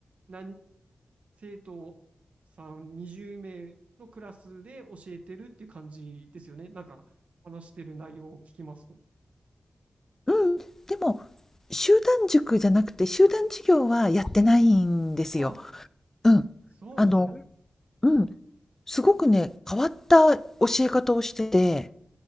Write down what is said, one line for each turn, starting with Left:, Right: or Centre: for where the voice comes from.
Right: 何、生徒さん20名のクラスで教えてるっていう感じですよね。なんか話してる内容を聞きますと。
Left: うん、うん、でも、集団塾じゃなくて、集団授業はやってないんですよ。
Right: あ、
Left: うん。
Right: そうなんですね。
Left: あの、うん、すごくね、変わった教え方をしてて、